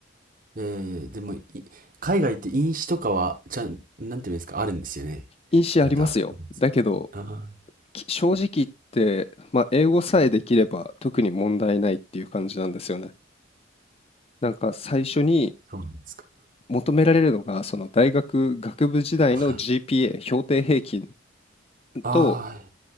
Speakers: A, on the right; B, on the left.
A: えー、でもい、海外って飲酒とかは、ちゃん、なんていうんですか、あるんですよね。
B: 印紙ありますよ。
A: また。
B: だけど、
A: ああ、
B: き正直言って、まあ、英語さえできれば特に問題ないっていう感じなんですよね。なんか最初に
A: そうなんですか。
B: 求められるのが、その大学学部時代の
A: はい。
B: GPA、評定平均
A: ああ、
B: と、